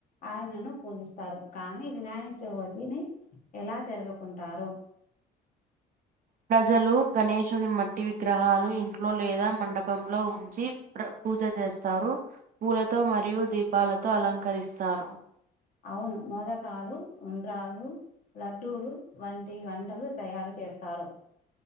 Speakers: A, on the left; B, on the right.
A: ఆయనను పూజిస్తారు కానీ వినాయక చవితిని ఎలా జరుపుకుంటారు
B: ప్రజలు గణేషుని మట్టి విగ్రహాలు ఇంట్లో లేదా మండపంలో ఉంచి ప్ర పూజ చేస్తారు పూలతో మరియు దీపాలతో అలంకరిస్తారు
A: అవును మోదకాలు ఉండ్రాళ్లు లడ్డూలు వంటి వంటలు తయారు చేస్తారు